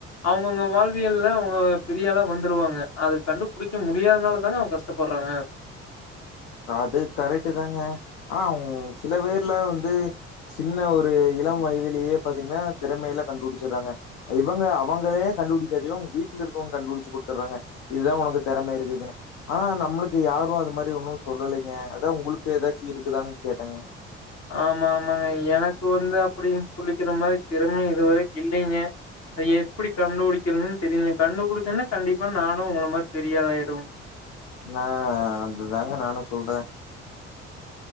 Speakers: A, on the left; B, on the left.
A: அவங்கவுங்க வாழ்வியல்ல அவுங்க பெரியாளா வந்துருவாங்க அது கண்டுபிடிக்க முடியாதனால தான அவுங்க கஷ்டபடுறாங்க
B: அது கரெட்டு தாங்க ஆனா சில பேர்ல வந்து சின்ன ஒரு இளம் வயதிலேயே பாத்திங்னா திறமைலா கண்டுபிடிச்சர்றாங்க இவங்க அவங்களே கண்டுபிடிக்காட்டியு வீட்ல இருக்கவங்க கண்டுபிடிச்சு குடுத்தர்றாங்க இதா உனக்கு தெறமை இருக்குதுனு ஆனா நம்மளுக்கு யாரு அது மாரி ஒன்னு ஒண்ணுல்லைங்க அதா உங்ளுக்கு எதாச்சி இருக்குதான் கேட்டங்க
A: ஆமா ஆமாங்க எனக்கு வந்து அப்பிடி சொல்லிக்கிறா மாரி திறமை இதுவரைக்கும் இல்லீங்க அது எப்பிடி கண்டுபிடிக்கதுன்னு தெரியல கண்டுபுடிச்சுன்னே கண்டிப்பா நானும் உங்கள மாரி பெரியாளா ஆயி
B: நா அதுதாங்க நானு சொல்றேன்